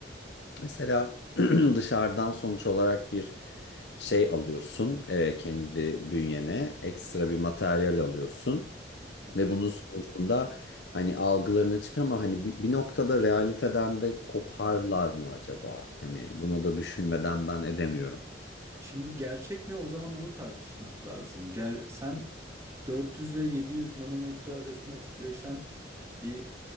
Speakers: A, on the left (about 70°); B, on the right (about 15°).
A: <clears throat> Mesela <clears throat> dışarıdan sonuç olarak bir şey alıyorsun e, kendi bünyene ekstra bir materyal alıyorsun.
B: Hı hı.
A: Ve bunun sonucunda hani algılarına çık ama hani bir, bir noktada realiteden de koparlar mı acaba? Hani bunu da düşünmeden ben edemiyorum.
B: Şimdi gerçek ne? O zaman onu tartışmak lazım. Gel, sen 400 ile 700 nanometre arasında titreşen bir